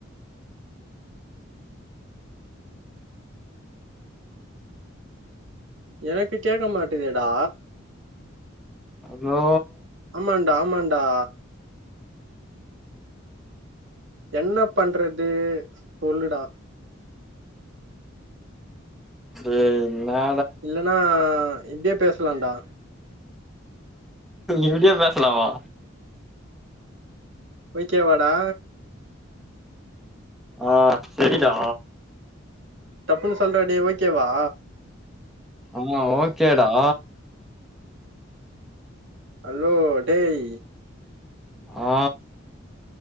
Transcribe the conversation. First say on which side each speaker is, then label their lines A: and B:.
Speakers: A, on the right (about 65°); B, in the centre.
A: எனக்கு கேக்க மாட்டேதடா
B: ஹலோ
A: ஆமான்டா ஆமான்டா என்ன பண்றது சொல்லுடா
B: டேய் என்னா
A: இல்லன்னா இப்டியே பேசலான்டா
B: இப்டியே பேசலாமா
A: ஓகேவாடா
B: ஆ சரிடா
A: டப்புன்னு சொல்றா டே ஓகேவா
B: அம்மா ஓகேடா
A: ஹலோ டேய்
B: ஆ